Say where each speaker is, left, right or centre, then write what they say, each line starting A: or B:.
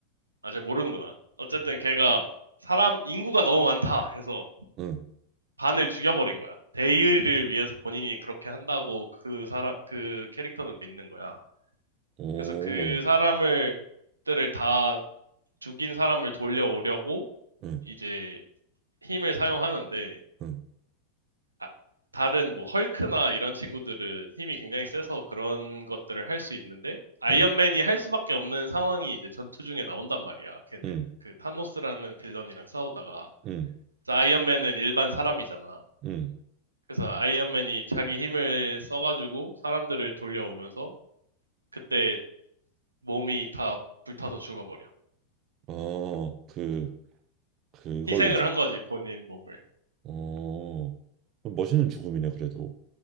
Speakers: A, on the right (about 80°); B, on the right (about 35°).
A: 아, 잘 모르는구나. 어쨌든 걔가 사람 인구가 너무 많다 해서
B: 응,
A: 반을 죽여버린 거야. 대의를 위해서 본인이 그렇게 한다고 그 사람, 그 캐릭터는 믿는 거야.
B: 오,
A: 그래서 그 사람을, 들을 다 죽인 사람을 돌려오려고
B: 응,
A: 이제 힘을 사용하는데,
B: 응,
A: 아, 다른 뭐 헐크나 이런 친구들은 힘이 굉장히 세서 그런 것들을 할 수 있는데, 아이언맨이
B: 응,
A: 할 수밖에 없는 상황이 이제 전투 중에 나온단 말이야. 걔네,
B: 응,
A: 그 타노스라는 빌런이랑 싸우다가.
B: 응,
A: 그래서 아이언맨은 일반 사람이잖아.
B: 응,
A: 그래서 아이언맨이 자기 힘을 써가지고 사람들을 돌려오면서 그때 몸이 다 불타서 죽어버려.
B: 어, 그, 그걸로
A: 희생을
B: 죽,
A: 한 거지, 본인 몸을.
B: 어, 그럼 멋있는 죽음이네, 그래도.